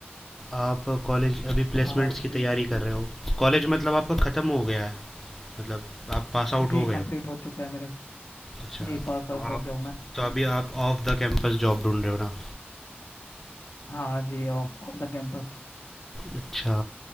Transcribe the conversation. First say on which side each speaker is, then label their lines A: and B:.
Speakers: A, in the centre; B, on the left.
A: आप कॉलेज अभी प्लेसमेंट्स
B: और आप बताइए
A: की तैयारी कर रहे हो कॉलेज मतलब आपका ख़त्म हो गया है मतलब आप पास आउट
B: जी
A: हो गए
B: कंप्लीट
A: हो
B: हो चुका है मेरा
A: अच्छा
B: जी पास
A: तो
B: आउट हो
A: आप
B: गया हूँ मैं
A: तो अभी आप ऑफ द कैंपस जॉब ढूंढ रहे हो ना
B: हाँ जी off off the campus
A: अच्छा